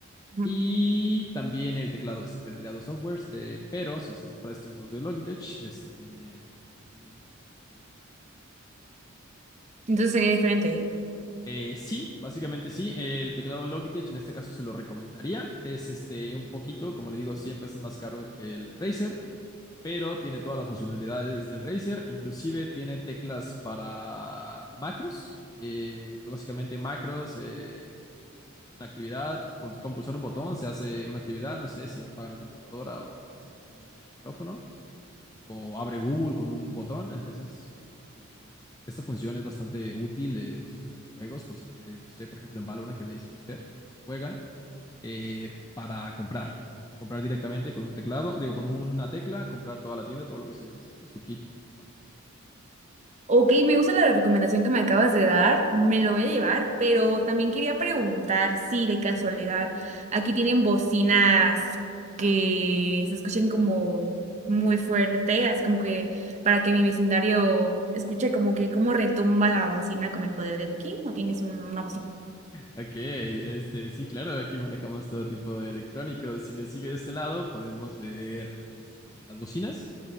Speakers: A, on the right; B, on the left.
A: Ujú.
B: y también el teclado este tendría dos softwares, eh, pero si se compra estos dos de Logitech, este tiene el mismo software, puede usarlo.
A: Entonces sería diferente.
B: Eh, sí, básicamente sí. El teclado Logitech en este caso se lo recomendaría. Es este un poquito, como le digo, 100 pesos más caro que el Razer, pero tiene todas las funcionalidades del Razer. Inclusive tiene teclas para macros, que pues básicamente macros eh, es una actividad, por, con pulsar un botón se hace una actividad, no sé si apaga la computadora o se silencia el micrófono o abre Google con un botón. Entonces, este, esta, esta función es bastante útil, eh, más o menos en los juegos, por si quieres, no sé, por ejemplo, en Valorant, que me dice que usted juega eh, para comprar. Comprar directamente con un teclado, digo, con una tecla, comprar toda la tienda, todo lo que usted necesita, su kit básico.
A: Ok, me gusta la recomendación que me acabas de dar, me lo voy a llevar, pero también quería preguntar si de casualidad aquí tienen bocinas que se escuchen como muy fuerte, así como que para que mi vecindario escuche como que cómo retumba la bocina con el poder de Duki, ¿no tienes un- una bocina?
B: Ok, este, sí, claro, aquí manejamos todo tipo de electrónicos. Si me sigue de este lado, podemos ver este, las bocinas.